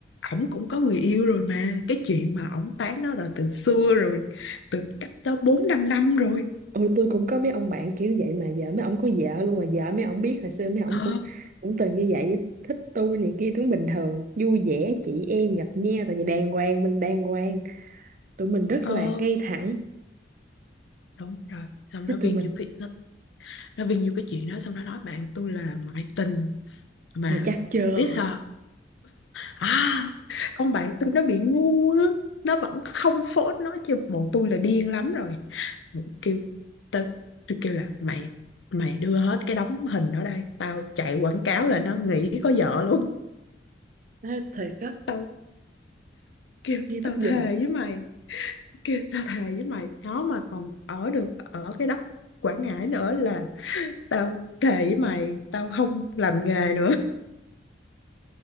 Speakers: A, on the left; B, on the right.
A: ổng cũng có người yêu rồi mà cái chuyện mà ổng tán nó là từ xưa rồi từ cách đó bốn năm năm rồi
B: Ừ tôi cũng có mấy ông bạn kiểu vậy mà Vợ mấy ông có vợ luôn mà Vợ mấy ông biết hồi xưa mấy ông
A: ờ
B: cũng cũng từng như vậy Thích tôi này kia cũng bình thường Vui vẻ chị em gặp nhau Tại vì đàng hoàng mình đàng hoàng Tụi mình rất
A: ờ
B: là ngay thẳng
A: đúng rồi xong
B: Chứ
A: nó viên
B: tụi mình
A: như cái nó nó viên như cái chuyện đó xong nó nói bạn tôi là ngoại tình mà
B: mày chắc chưa
A: biết sao À, con bạn tôi nó bị ngu á, nó vẫn không phốt nó chứ bọn tôi là điên lắm rồi. Mình kêu tao tôi kêu là mày mày đưa hết cái đống hình ở đây, tao chạy quảng cáo là nó nghĩ có vợ luôn.
B: Thế thiệt á
A: Tao kêu
B: nghe
A: tao
B: tức giùm
A: thề với mày, kêu tao thề với mày, nó mà còn ở được ở cái đất Quảng Ngãi nữa là tao thề với mày, tao không làm nghề nữa.